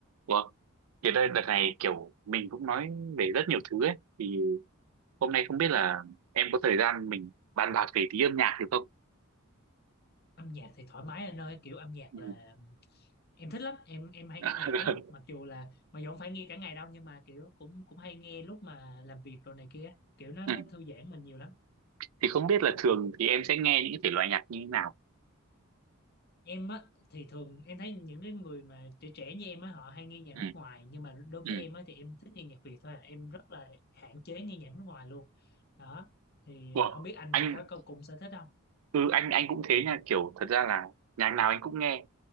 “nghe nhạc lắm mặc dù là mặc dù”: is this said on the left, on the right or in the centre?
Left